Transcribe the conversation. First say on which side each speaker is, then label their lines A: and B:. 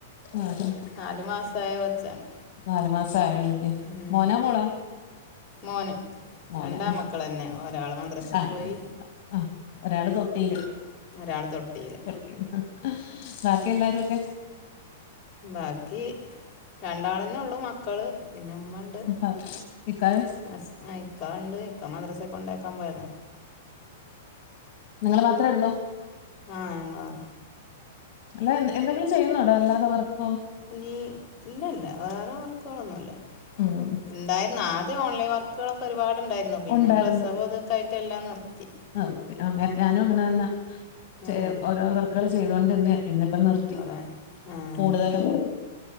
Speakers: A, on the left; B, on the left.
A: ആഹ്
B: നാലു മാസായ കൊച്ചാണ്
A: നാലു മാസം ആയള്ളൂ ഇല്ലേ
B: ഉം
A: മോനാ മോളാ?
B: മോന്
A: മോനാ
B: രണ്ടാ മക്കളെന്നെ ഒരാൾ മദ്രസിൽ
A: ആതെ
B: പോയി
A: ആഹ് ഒരാള് തൊട്ടിയില്
B: ഒരാള് തൊട്ടിയില്
A: തൊട്ടിയില് ബാക്കി എല്ലാരും ഒക്കെ?
B: ബാക്കി രണ്ടാളന്നേ ഉള്ളു മക്കള് പിന്നെ ഇമ്മ ഇണ്ട്
A: ആഹ് ഇക്കായ
B: ഹസ് ആ ഇക്കാണ്ട് ഇക്ക മദ്രസക്ക് കൊണ്ടാക്കാൻ പോയതാ
A: നിങ്ങൾ മാത്രേ ഒള്ളൂ
B: ആഹ് ഞങ്ങള് മാ
A: അല്ല എന്തെങ്കിലും ചെയ്യുന്നുടോ അല്ലാതെ വർക്ക്
B: ഈ ഇല്ല ഇല്ല വേറെ വർക്കുകളൊന്നുംഇല്ല
A: ഉം
B: ഇണ്ടായിരുന്നു ആദ്യം ഓൺലൈൻ വർക്കുകളൊക്കെ ഒരുപാട് ഇണ്ടായിരുന്നു പിന്നെ
A: ഉണ്ടായിരുന്നു
B: പ്രസവം ഇതൊക്കെ ആയിട്ട് എല്ലാം നിർത്തി
A: നിർത്തി അ ഞാനും അങ്ങനെ തന്നെ ഛെ
B: ആഹ്
A: ഓരോ വർക്കുകൾ ചെയ്തൊണ്ട് ഇരുന്നാ പിന്നെ ഇപ്പം നിർത്തി
B: കൊറെ ആഹ്
A: കൂടുതലും